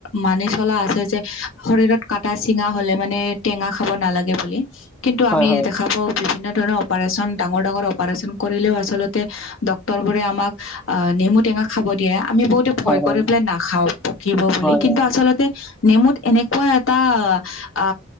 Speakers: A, on the left; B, in the centre.
A: মানি চলা আছে যে, শৰীৰত কাটা চিঙা হ'লে মানে টেঙা খাব নালাগে বুলি। কিন্তু
B: হয়
A: আমি
B: হয়
A: দেখা পাওঁ বিভিন্ন ধৰণৰ অপাৰচন ডাঙৰ- ডাঙৰ অপাৰচন কৰিলেও আচলতে ডক্তৰবোৰে আমাক অ নেমু টেঙা খাব দিয়ে, আমি বহুতে ভয় কৰি
B: হয় হয়
A: পেলাই নাখাওঁ পকিব বুলি,
B: হয়
A: কিন্তু
B: হয়
A: আচলতে নেমুত এনেকুৱা এটা আ